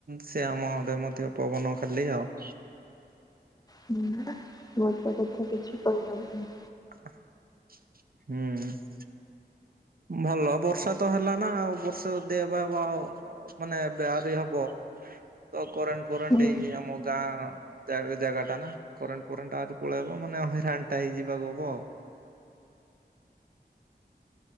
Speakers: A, on the right; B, on the left.
A: ସେ ଆମଆଡେ ମଧ୍ୟ ପବନ ଖାଲି ଆଉ।
B: ହୁଁ ବର୍ଷା କଥା କିଛି କହି ହବନି।
A: ହୁଁ। ଭଲ ବର୍ଷା ତ ହେଲା ନା ଆଉ ବର୍ଷା ଦେହ ହେବ ଆଉ ମାନେ ବିଆରୀ ହବ, ତ କରେଣ୍ଟ ଫୋରେଣ୍ଟ
B: ହୁଁ,
A: ଏଇ ଆମ ଗାଁ ଜାଗ-ଜାଗା ଟାନା। କରେଣ୍ଟ ଫରେଣ୍ଟ ଆହୁରି ପଳେଇବ ମାନେ ହଇରାଣ ଟା ହେଇ ଯିବାକୁ ହବ ଆଉ।